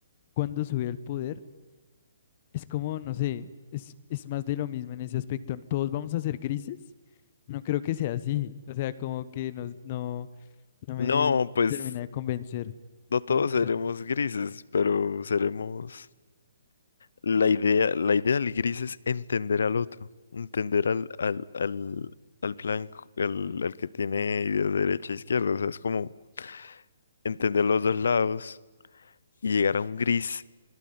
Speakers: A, on the left (about 40°); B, on the left (about 75°).
A: cuando sube al poder, es como, no sé, es, es más de lo mismo en ese aspecto. Todos vamos a ser grises. No creo que sea así. O sea, como que no, no, no
B: No,
A: me
B: pues
A: termina de convencer,
B: no todos
A: ¿no? O
B: seremos
A: sea,
B: grises, pero seremos la idea, la idea del gris es entender al otro, entender al, al, al, al blanco, al, al que tiene ideas de derecha e izquierda. O sea, es como entender los dos lados y llegar a un gris